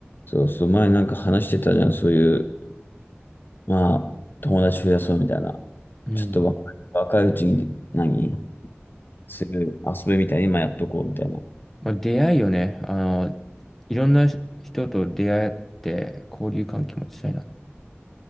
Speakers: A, on the left; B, in the centre.
A: そうそう、前なんか話してたじゃん、そういう、まあ、友達増やそうみたいな。
B: うん。
A: ちょっと若い、若いうちに何する遊びみたいに今やっとこうみたいな。
B: まあ、出会いよね。あの、いろんな人と出会って交流関係持ちたいな。